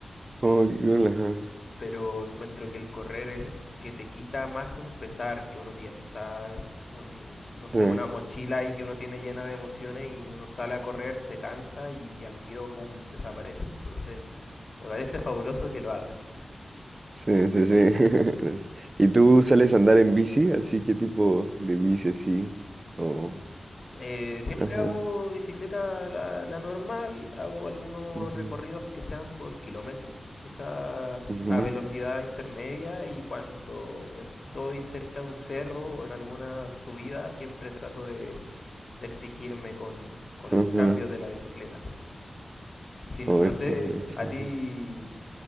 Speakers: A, on the right (about 35°); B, on the left (about 45°).
A: oh qué cool, ajá.
B: pero encuentro que el correr es que te quita más un pesar que uno tiene. O sea, un, no
A: Sí,
B: sé, una mochila ahí que uno tiene llena de emociones y uno sale a correr, se cansa y al tiro, ¡pum!, desaparece. Entonces, me parece fabuloso que lo hagas.
A: sí, sí, sí. <laughs> Los- ¿Y tú sales a andar en bici? ¿Así qué tipo de bici así? O...
B: Eh, siempre
A: Ajá.
B: hago bicicleta la, la normal, hago algunos
A: ujú,
B: recorridos que sean por kilómetros, o sea,
A: ujú,
B: a velocidad intermedia y cuando estoy cerca de un cerro o en alguna subida siempre trato de de exigirme con, con los
A: Ajá.
B: cambios de la bicicleta. Si, no,
A: O
B: no
A: eso
B: sé,
A: también.
B: a
A: Ajá.
B: ti,